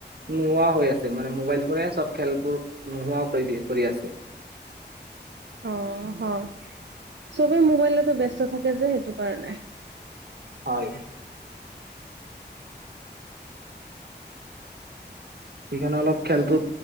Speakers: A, on the right (about 60°); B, on the right (about 80°).
A: নোহোৱা হৈ আছে, মানে মোবাইল ফোনে চব খেলবোৰ নোহোৱা কৰি দি কৰি আছে।
B: অ', অ', চবেই মোবাইলতে ব্যস্ত থাক থিক আছে সেইটো কাৰণে।
A: হয়। সেইকাৰণে অলপ খেলটো,